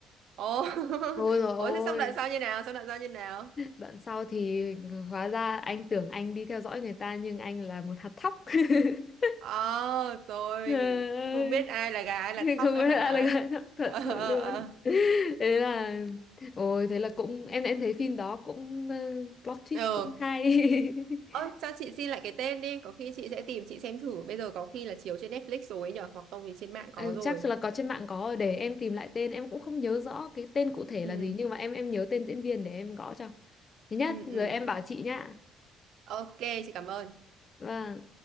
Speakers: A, on the right; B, on the left.
A: ồ <laughs>
B: Ôi rồi
A: ồ
B: ôi
A: thế xong đoạn sau như nào xong đoạn sau như nào
B: Đoạn sau thì ừ, hóa ra anh tưởng anh đi theo dõi người ta nhưng anh là một hạt thóc. <laughs>
A: ờ rồi
B: Trời ơi,
A: không biết ai là gà ai là thóc
B: không
A: nữa
B: biết
A: hả
B: ai là gái thóc thật
A: ờ
B: sự
A: ờ
B: luôn.
A: ờ. ờ.
B: Thế là ôi thế là cũng em em thấy phim đó cũng ờ, plot twist
A: Ừ.
B: cũng hay.
A: Ơ,
B: <laughs>
A: cho chị xin lại cái tên đi, có khi chị sẽ tìm chị xem thử. Bây giờ có khi là chiếu trên Netflix rồi ấy nhở, hoặc không thì trên mạng có
B: Em
A: rồi.
B: Chắc là có trên mạng có rồi, để em tìm lại tên em cũng không nhớ rõ cái tên cụ thể
A: Ừ,
B: là gì nhưng mà em em nhớ tên diễn viên để em gõ cho. Thứ nhất
A: ừ,
B: rồi
A: ừ.
B: em bảo chị nhá.
A: Ok, chị cảm ơn.
B: Vâng.